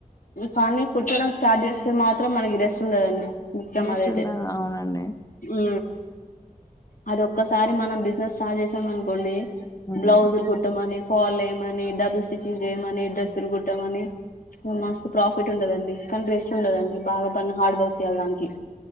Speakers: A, on the left; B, on the left.
A: కానీ కుట్టడం స్టార్ట్ చేస్తే మాత్రం మనకి రెస్ట్ ఉండదండి ముఖ్యం
B: రెస్ట్
A: అదయితే
B: ఉండదు అవునండి
A: హు అది ఒక్కసారి మనం బిజినెస్ స్టార్ట్ చేసాం అనుకోండి
B: ఉమ్,
A: బ్లౌజులు కుట్టమని ఫాల్ ఏమని డబుల్ స్టిచింగ్స్ చేయమని డ్రెస్లు కుట్టమని హ్మ మస్తు ప్రాఫిట్ ఉంటదండి కానీ రెస్ట్ ఉండదండి బాగా పని హార్డ్ వర్క్ చేయాలి దానికి